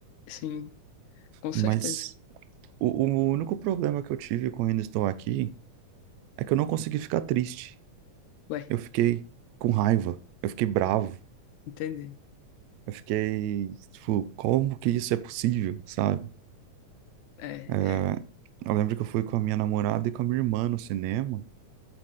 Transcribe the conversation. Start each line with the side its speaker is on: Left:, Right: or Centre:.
Left: Sim, com certeza.
Right: Mas o, o único problema que eu tive com Ainda Estou Aqui é que eu não consegui ficar triste.
Left: Ué,
Right: Eu fiquei com raiva, eu fiquei bravo,
Left: entendi.
Right: eu fiquei, tipo, como que isso é possível, sabe?
Left: É,
Right: É,
Left: é.
Right: eu lembro que eu fui com a minha namorada e com a minha irmã no cinema.